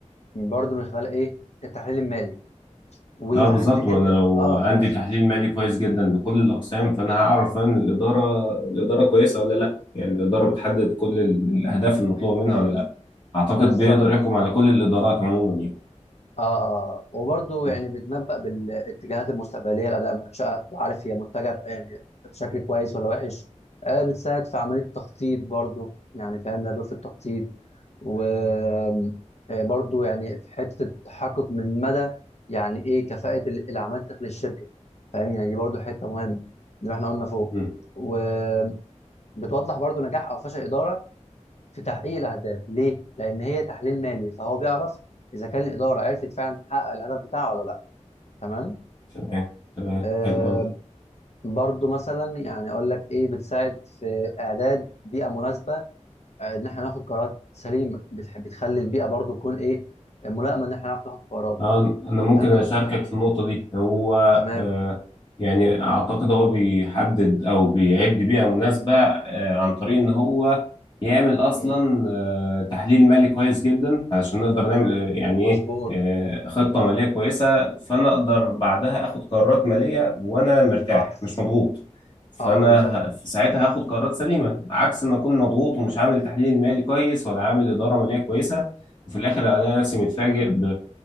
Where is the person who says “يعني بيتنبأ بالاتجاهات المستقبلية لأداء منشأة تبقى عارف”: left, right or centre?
Left